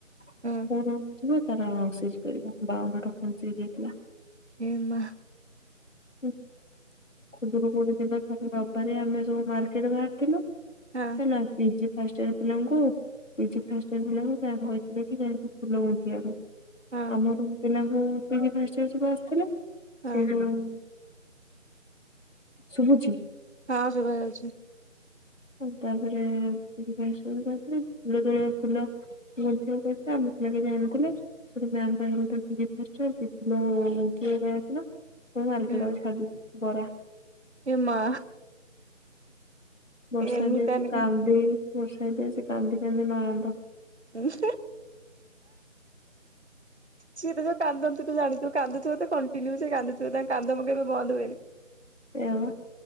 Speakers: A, on the left (about 75°); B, on the right (about 60°).
A: କଣ
B: ହୁଁ
A: ହୋଇଥିବ ତାର ପିଜି କରିବ। ବାଉନଟା ଫୋନ୍ ସିଜ୍ ହେଇଥିଲା।
B: ଏ ମା
A: ହୁଁ ଖୁଦୁରୁକୁଣି ଦିନ ଯୋଉ ରବିବାରିଆ ଆମେ ସବୁ ମାର୍କେଟ ବାହାରିଥିଲୁ
B: ହଁ
A: ହେଲା ପିଜି ଫାଷ୍ଟୟର ପିଲାଙ୍କୁ ପିଜି ଫାଷ୍ଟୟର ପିଲାଙ୍କୁ ମ୍ୟାମ୍ କହିଥିଲେ କି ଯାଇଙ୍କି ଫୁଲ ଗୁନ୍ତିବାକୁ
B: ହଁ
A: ଆମର ପିଲାଙ୍କୁ ପିଜି ଫାଷ୍ଟୟର ସବୁ ଆସିଥିଲେ।
B: ହଁ
A: ସେ ଯୋଉ ଶୁଭୁଛି?
B: ହଁ ଶୁଭା ଯାଉଛି।
A: ଆଉ ତା ପରେ ଖିରି ଖାଈ ଶୋଇପଡିଥିଲି ଫୁଲ ତୋଳା ଫୁଲ ଗୁନ୍ତିବାକୁ କହିଥିଲେ ଆମ ପିଲା କେହି ଯାଇନଥିଲେ ସେଠୁ ମ୍ୟାମ୍ କହିଲେ ହୋଉ ତାଙ୍କୁ ଦିଅ ଫାଷ୍ଟ ପି ଫୁଲ କିଏ କିଏ ଯାଇଥିଲ ହୋଉ ମାର୍କେଟ
B: ହୁଁ
A: ଆଉଛି ଖାଇଦବୁ ବରା
B: ଏ ମା
A: ବର୍ଷା
B: ଏମିତି
A: ଦେଇଛି
B: ଏନକା
A: କାନ୍ଦି ବର୍ଷା ଦେଇଛି କାନ୍ଦି କାନ୍ଦି ନୟାନ୍ତ।
B: ହଁ ହା। ସିଏ ତ ଯୋଉ କାନ୍ଦନ୍ତି ତୁ ଜାଣିଥିବୁ କାନ୍ଦୁଥିବେ ତ କଣ୍ଟିନ୍ୟୁ ସେ କାନ୍ଦୁଥିବେ ତାଙ୍କ କାନ୍ଦ ମୁଁ କେବେ ବନ୍ଦ ହୁଏନି।
A: ସେୟାବା।